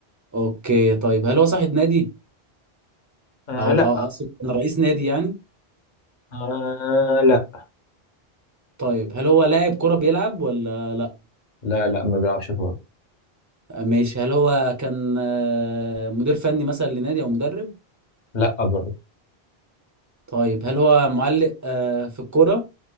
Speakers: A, on the right; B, on the left.
A: أوكي طيب هل هو صاحب نادي
B: آه
A: أو
B: لا
A: أو أقصد كان رئيس نادي يعني؟
B: آه لا
A: طيب هل هو لاعب كورة بيلعب ولا لأ؟
B: لا لا ما بيلعبش كورة
A: آه، ماشي هل هو كان آه، مدير فني مثلا لنادي أو مدرب؟
B: لا برضه
A: طيب هل هو معلق آه، في الكورة؟